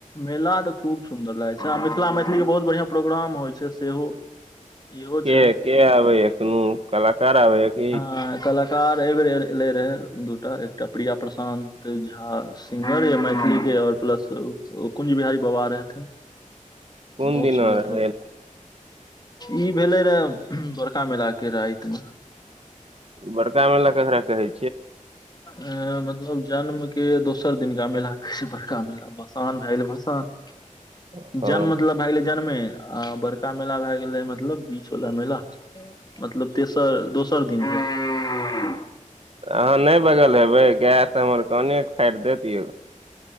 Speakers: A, on the left; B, on the right.
A: मेला तऽ खूब सुन्दर लागै छै आ मिथिला मैथिलीके बहुत बढ़िआँ प्रोग्राम होइ छै सेहो इहो
B: के
A: छै
B: के आबै या कोनो कलाकार आबै या की
A: ह कल कार एहिबर एले रहै दूटा एकटा प्रिया प्रशान्त झा सिंगर य मैथिली के ओर प्लस ओ कुंज बिहारी बाबा रहथिन
B: कोन
A: बहुत
B: दिना
A: सुन्दर
B: रहै
A: प्र ई भेले रहए बड़का मेला के रात में
B: बड़का मेला केकरा कहे
A: अ मतलब जन्म के दोसर दिननका मेला कहै छै बड़का मेला आ भसान भए गेलै भसान
B: <inaudible> हँ
A: जन्म मतलब भए गेलै जन्मे आ बड़का मेला भए गेलै मतलब बीचवला मेला मतलब तेसर दोसर दिनक
B: अहाँ नै बजल हेबै गाएस हमर कानके फाइर देतयौ